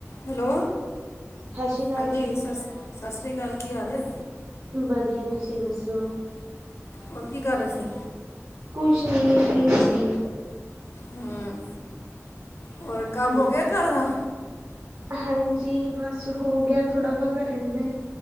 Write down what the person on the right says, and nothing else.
ਸਤਿ ਸ਼੍ਰੀ ਅਕਾਲ
ਜੀ,
ਵਧੀਆ, ਤੁਸੀਂ ਦੱਸੋ?
ਕੁੱਛ ਨੀ ਫ੍ਰੀ ਸੀ।
ਹਾਂਜੀ,
ਹਾਂਜੀ ਬਸ ਹੋ ਗਿਆ ਥੋੜ੍ਹਾ ਬਹੁਤਾ ਰਹਿੰਦਾ।